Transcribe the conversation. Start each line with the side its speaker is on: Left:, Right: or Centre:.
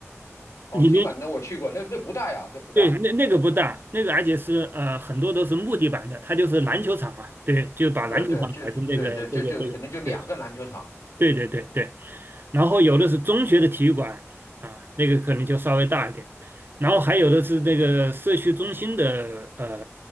Left: 哦，
Right: 里面
Left: 体育馆那我去过，那那不大呀，那不大。
Right: 对，那那个不大，那个而且是呃很多都是木地板的，它就是篮球场嘛，对，就把篮球场改成这个这个这个，
Left: 对对，就就对对就就可能就两个篮球场。
Right: 对对对对对。然后有的是中学的体育馆啊，那个可能就稍微大一点，然后还有的是那个社区中心的呃